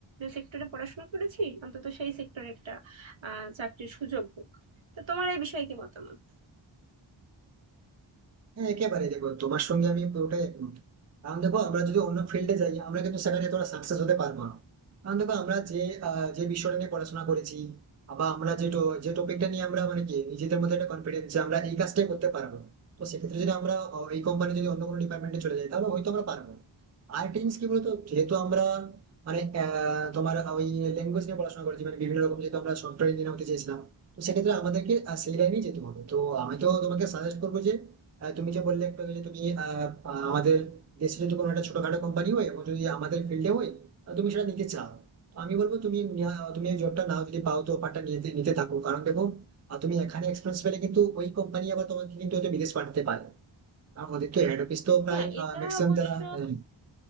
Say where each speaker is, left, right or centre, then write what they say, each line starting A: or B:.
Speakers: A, on the right; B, on the right.
A: সেক্টরে পড়াশোনা করেছি অন্তত সেই সেক্টরে একটা আহ চাকরির সুযোগ হোক তো তোমার এই বিষয়ে কি মতামত
B: হ্যাঁ একেবারে দেখো তোমার সঙ্গে আমি পুরোটাই একমত কারণ দেখো আমরা যদি অন্য ফিল্ডে যাই আমরা কিন্তু সেখানে এতটা সাকসেস হতে পারবো না কারণ দেখো আমরা যে আহ, যে বিষয়টা নিয়ে পড়াশোনা করেছি বা আমরা যে to- যে টপিকটা নিয়ে আমরা মানে কি নিজেদের মধ্যে একটা কনফিডেন্স যে আমরা এই কাজটাই করতে পারবো তো সেক্ষেত্রে যদি আমরা আহ, এই কোম্পানি যদি অন্য কোনো ডিপার্টমেন্টে চলে যাই তাহলে হয়তো আমরা পারবো আর টিমস কি বলতো যেহেতু আমরা মানে আহ, তোমার ওই ল্যাঙ্গুয়েজ নিয়ে পড়াশোনা করেছি মানে বিভিন্ন রকম যেহেতু আমরা সফটওয়্যার ইঞ্জিনিয়ার হতে চেয়েছিলাম তো সেক্ষেত্রে আমাদেরকে আহ, সেই লাইনেই যেতে হবে তো আমি তো তোমাকে সাজেস্ট করবো যে আহ, তুমি যে বললে একটু আগে যে তুমি আহ, আহ, আমাদের দেশে যদি কোনো একটা ছোটখাটো কোম্পানি হয় এবং যদি আমাদের ফিল্ডে হয় আহ, তুমি সেটা নিতে চাও তো আমি বলবো তুমি নিয়া- তুমি এই জবটা নাও যদি পাও তো অফারটা নিতে নিতে থাকো কারণ দেখো আহ, তুমি এখানে এক্সপিরিয়েন্স পেলে কিন্তু ওই কোম্পানি আবার তোমাকে কিন্তু হয়তো বিদেশ পাঠাতে পারে কারণ ওদের তো হেড অফিস তো প্রায়
A: হ্যাঁ এটা
B: ম্যাক্সিমাম
A: অবশ্য
B: যারা আহ,